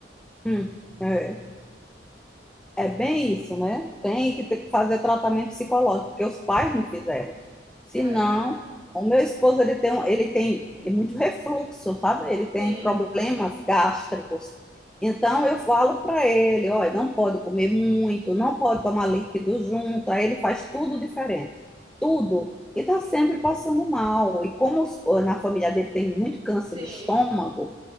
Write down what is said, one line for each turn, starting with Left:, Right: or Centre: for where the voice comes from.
Centre: Hum, é. É bem isso, né? Tem que ter que fazer tratamento psicológico, porque os pais não fizeram. Senão,
Right: É,
Centre: o meu esposo ele tem, um- ele tem muito refluxo, sabe? Ele tem
Right: sim,
Centre: problemas gástricos. Então, eu falo para ele: olha, não pode comer muito, não pode tomar líquido junto. Aí ele faz tudo diferente, tudo. E está sempre passando mal. E como os- na família dele tem muito câncer
Right: sim.
Centre: de estômago